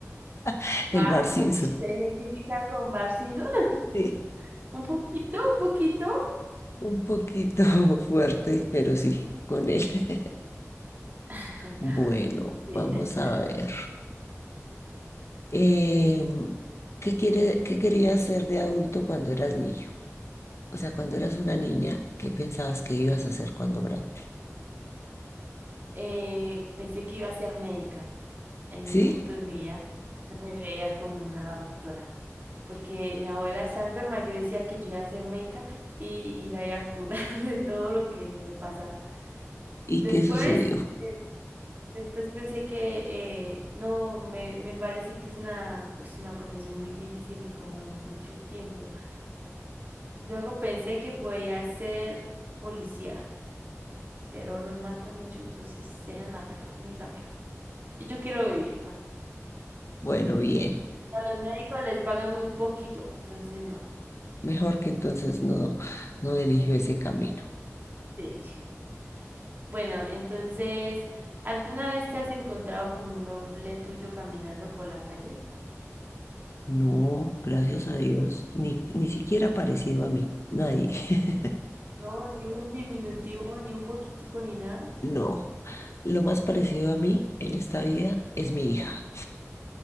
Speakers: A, on the left (about 55°); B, on the right (about 40°).
A: <laughs> el
B: Bar,
A: bar Simpson.
B: uy, ¿se identifica con Bar Simpson? <laughs>
A: Sí,
B: Un poquito, un poquito.
A: un poquito <laughs> fuerte, pero sí, con él. <laughs>
B: <laughs>
A: Bueno,
B: Sí,
A: vamos
B: es el chévere.
A: a ver. Em, ¿qué quiere, qué querías ser de adulto cuando eras niño? O sea, cuando eras una niña, ¿qué pensabas que ibas a hacer cuando grande?
B: Eh, pensé que iba a ser médica. en
A: ¿Sí?
B: un punto de mi vida me veía como una doctora, porque mi abuela estaba enferma, yo decía que yo iba a ser médica y, y la iba a curar <laughs> de todo lo que le pasaba.
A: ¿Y
B: Después,
A: qué sucedió?
B: eh, después pensé que eh, no, me, me parece que es una, es una profesión muy difícil y como de mucho tiempo. Luego pensé que podía ser policía, pero los matan mucho, entonces se dejan matar muy rápido. Y yo quiero vivir.
A: Bueno, bien.
B: A los médicos les pagan muy poquito, entonces no.
A: Mejor que entonces no, no eligió ese camino.
B: Sí. Bueno, entonces, ¿alguna vez te has encontrado con un doble tuyo caminando por la calle?
A: No, gracias a Dios, ni, ni siquiera parecido a mí, nadie. <laughs>
B: No, ni un diminutivo, ni un poquitico, ni nada.
A: No, lo más parecido a mí en esta vida es mi hija.